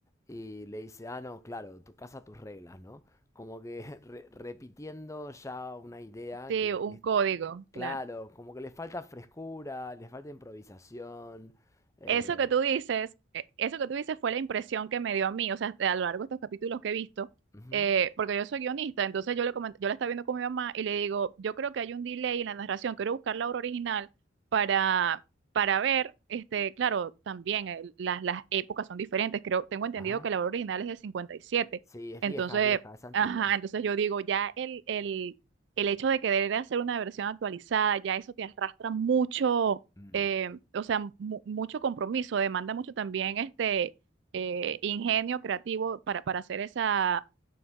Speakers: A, on the left (about 15°); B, on the right (about 65°).
A: y le dice, ah, no, claro, tu casa, tus reglas, ¿no? Como que <laughs> re- repitiendo ya una idea
B: Sí,
A: que,
B: un
A: que es
B: código,
A: claro,
B: claro.
A: como que le falta frescura, le falta improvisación. eh,
B: Eso que tú dices, eh, eso que tú dices fue la impresión que me dio a mí, o sea, a lo largo de estos capítulos que he visto,
A: ujú,
B: eh, porque yo soy guionista, entonces yo le comenté- yo la estaba viendo con mi mamá y le digo, yo creo que hay un delay en la narración, quiero buscar la obra original para, para ver, este, claro, también eh, las, las épocas son diferentes, creo, tengo entendido
A: Ajá.
B: que la obra original es del 57,
A: Sí, es
B: entonces,
A: vieja, es vieja, es antigua.
B: ajá, entonces yo digo, ya el, el, el hecho de querer hacer una versión actualizada, ya eso te arrastra mucho
A: Mm.
B: eh, o sea, mu- mucho compromiso, demanda mucho también este eh, ingenio creativo para, para hacer esa,